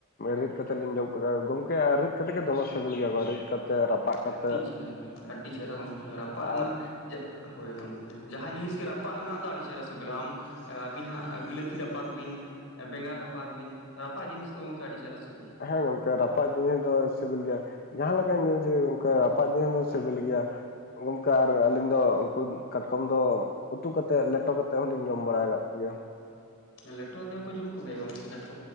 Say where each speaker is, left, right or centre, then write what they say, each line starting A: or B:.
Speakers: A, on the left; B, on the left.
A: ᱨᱤᱫ ᱠᱟᱛᱮᱫ ᱞᱤᱧ ᱡᱚᱢ ᱠᱟᱜ ᱜᱚᱢᱠᱮ ᱟᱨ ᱨᱤᱫ ᱠᱟᱛᱮ ᱜᱮ ᱫᱚᱢᱮ ᱥᱤᱵᱤᱞ ᱜᱮᱭᱟ ᱨᱤᱫ ᱠᱟᱛᱮ ᱨᱟᱯᱟᱜ ᱠᱟᱛᱮ
B: ᱟᱹᱰᱤ ᱪᱮᱦᱨᱟ ᱜᱚᱝᱠᱮ ᱟᱹᱰᱤ ᱪᱮᱦᱨᱟ ᱜᱚᱢᱠᱮ ᱨᱟᱯᱟᱜ ᱨᱮᱱᱟᱜ
A: ᱟᱨ
B: ᱦᱳᱭ ᱜᱚᱝᱠᱮ ᱡᱟᱦᱟᱸ ᱡᱤᱱᱤᱥ ᱜᱮ ᱨᱟᱯᱟᱜ ᱨᱮᱱᱟᱜ ᱫᱚ ᱟᱹᱰᱤ ᱪᱮᱦᱨᱟ ᱥᱤᱵᱤᱞᱟ ᱟᱢ ᱟᱵᱤᱱ ᱦᱟᱸᱜ ᱵᱤᱞᱟᱹᱛᱤ ᱨᱟᱯᱟᱜᱽ ᱵᱤᱱ ᱵᱮᱸᱜᱟᱲ ᱨᱟᱯᱟᱜᱽ ᱵᱤᱱ ᱨᱟᱯᱟᱜ ᱡᱤᱱᱤᱥ ᱫᱚ ᱜᱚᱝᱠᱮ ᱟᱹᱰᱤ ᱪᱮᱦᱨᱟ ᱥᱮᱵᱮᱞ
A: ᱦᱮᱸ ᱜᱚᱝᱠᱮ ᱨᱟᱯᱟᱜ ᱡᱤᱱᱤᱥ ᱫᱚ ᱥᱮᱵᱮᱞ ᱜᱮᱭᱟ ᱡᱟᱦᱟᱸ ᱞᱮᱠᱟᱱ ᱡᱤᱱᱤᱥ ᱜᱮ ᱜᱚᱢᱠᱮ ᱨᱟᱯᱟᱜ ᱡᱤᱱᱤᱥ ᱫᱚ ᱥᱮᱵᱮᱞ ᱜᱮᱭᱟ ᱜᱚᱝᱠᱮ ᱟᱨ ᱟᱹᱞᱤᱧ ᱫᱚ ᱩᱱᱠᱩ ᱠᱟᱴᱠᱚᱢ ᱫᱚ ᱩᱛᱩ ᱠᱟᱛᱮᱫ ᱞᱮᱴᱚ ᱠᱟᱛᱮᱫ ᱦᱚᱞᱤᱧ ᱡᱚᱢ ᱵᱟᱲᱟ ᱠᱟᱜ ᱠᱚᱜᱮᱭᱟ
B: ᱞᱮᱴᱚ ᱟᱛᱮᱫ ᱦᱚᱸᱠᱚ ᱡᱚᱢ ᱠᱚᱜᱮᱭᱟ ᱜᱚᱢᱠᱮ ᱠᱟᱴᱠᱚᱡ